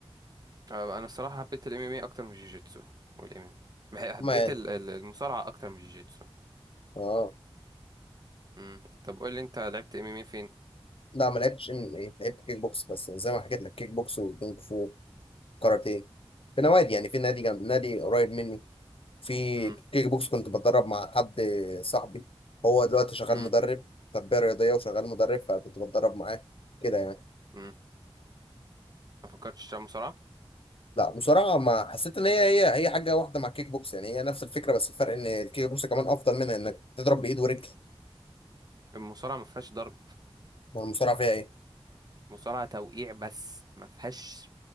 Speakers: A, on the right; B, on the left.
A: آه، انا الصراحه حبيت الام ام اي اكتر من الجوجيتسو والام ام اي، حبيت
B: ما يعني.
A: ال- ال- المصارعه اكتر من الجوجيتسو
B: اه
A: مم. طب قول لي انت لعبت ام ام اي فين
B: لا ما لعبتش ام ام ايه لعبت كيك بوكس بس زي ما حكيت لك كيك بوكس وكونغ فو كاراتيه في نوادي يعني في نادي جنب نادي قريب مني في
A: مم.
B: كيك بوكس كنت بتدرب مع حد صاحبي هو دلوقتي شغال
A: مم.
B: مدرب تربية رياضية وشغال مدرب فكنت بتدرب معاه كده يعني
A: مم. ما فكرتش تلعب مصارعه
B: لا مصارعة ما حسيت ان هي هي هي حاجة واحدة مع الكيك بوكس يعني هي نفس الفكرة بس الفرق ان الكيك بوكس كمان افضل منها انك تضرب بايد ورجل
A: المصارعه ما فيهاش ضرب
B: ما المصارعة فيها ايه
A: المصارعه توقيع بس ما فيهاش